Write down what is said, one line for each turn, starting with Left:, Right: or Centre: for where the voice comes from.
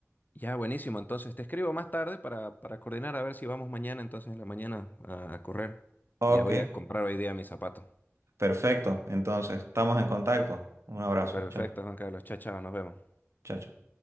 Left: Ya, buenísimo. Entonces te escribo más tarde para, para coordinar a ver si vamos mañana, entonces en la mañana a, a correr.
Right: Ok.
Left: Ya voy a comprar hoy día mis zapatos.
Right: Perfecto, entonces estamos en contacto. Un abrazo,
Left: Perfecto,
Right: chao,
Left: Juan Carlos. Chao, chao, nos vemos.
Right: chao, chao.